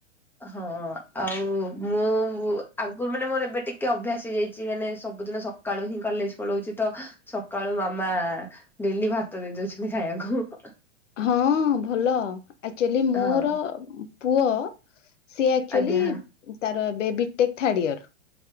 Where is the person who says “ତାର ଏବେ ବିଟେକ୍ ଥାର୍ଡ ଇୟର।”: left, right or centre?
Left